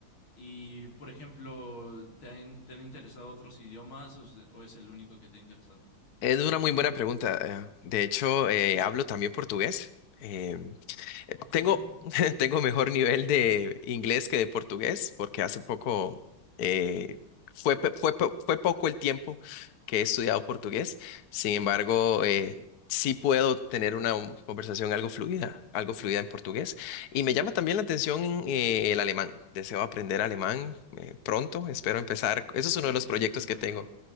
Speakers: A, on the left; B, on the left.
A: Y, por ejemplo, ¿te han, te han interesado otros idiomas o, se- o es el único que te ha interesado?
B: Es una muy buena pregunta. eh, De hecho, eh, hablo también portugués. eh,
A: Oh, qué
B: Tengo,
A: bien.
B: <laughs> tengo mejor nivel de inglés que de portugués, porque hace poco eh, fue, pe- fue, po- fue poco el tiempo que he estudiado portugués. Sin embargo, eh, sí puedo tener una um, conversación algo fluida, algo fluida en portugués. Y me llama también la atención eh, el alemán. Deseo aprender alemán eh, pronto. Espero empezar. Eso es
A: Oh,
B: uno de los proyectos
A: es muy bueno.
B: que tengo.